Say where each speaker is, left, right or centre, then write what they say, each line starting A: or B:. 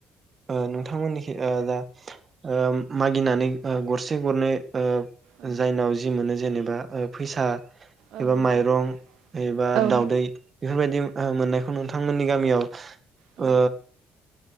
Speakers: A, on the right; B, on the right.
A: ओ नोंथांमोननिखै ओ दा ओ मागिनानै ओ गरसे गरनै ओ
B: औ
A: जायनाव जि मोनो जेनेबा ओ फैसा
B: औ
A: एबा
B: नंगौ
A: माइरं
B: माइरं
A: एबा दावदै बेफोरबायदि ओ मोननायखौ नोंथांमोननि गामियाव ओ
B: औ